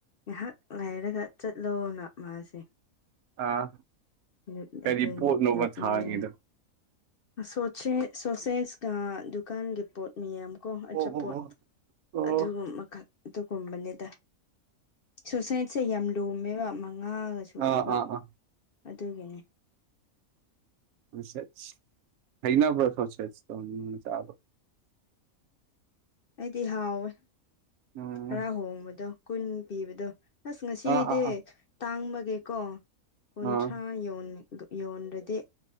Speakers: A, on the left; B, on the right.
A: ꯉꯥꯏꯍꯥꯛ ꯂꯩꯔꯒ ꯆꯠꯂꯣꯅ ꯃꯥꯁꯦ
B: ꯑꯥ
A: <unintelligible>
B: ꯀꯔꯤ
A: ꯑꯗꯨꯅꯤ
B: ꯄꯣꯠꯅꯣꯕ
A: ꯅꯣꯛꯅꯤꯡꯉꯤ
B: ꯊꯥꯡꯉꯤꯗꯣ
A: ꯁꯣꯁꯦꯁ ꯁꯣꯁꯦꯁ ꯑꯥ ꯗꯨꯀꯥꯟꯒꯤ ꯄꯣꯠ ꯃꯤꯌꯥꯝ ꯀꯣ ꯑꯆꯥꯄꯣꯠ
B: ꯑꯣ ꯑꯣ ꯑꯣ ꯑꯣ
A: ꯑꯗꯨꯒꯨꯝꯕ ꯈꯛ ꯑꯗꯨꯒꯨꯝꯕꯅꯤꯗ ꯁꯣꯁꯥꯏꯠꯁꯦ ꯌꯥꯝ ꯂꯨꯝꯃꯦꯕ ꯃꯉꯥꯒ ꯁꯨꯑꯦꯕ
B: ꯑꯥ ꯑꯥ ꯑꯥ
A: ꯑꯗꯨꯒꯤꯅꯤ
B: <unintelligible> ꯍꯩꯅꯕ꯭ꯔꯥ ꯁꯣꯁꯦꯠꯇꯣ ꯅꯪ ꯆꯥꯕꯥ
A: ꯑꯩꯗꯤ ꯍꯥꯎꯋꯦ
B: ꯎꯝ
A: ꯈꯥꯔ ꯍꯣꯡꯕꯗꯣ ꯀꯨꯟ ꯄꯤꯕꯗꯣ ꯑꯁ ꯉꯁꯤꯗꯤ
B: ꯑꯥ ꯑꯥ ꯑꯥ
A: ꯇꯥꯡꯕꯒꯤꯀꯣ ꯀꯨꯟꯊ꯭ꯔꯥ
B: ꯑꯥ
A: ꯌꯧ ꯌꯣꯟꯗ꯭ꯔꯗꯤ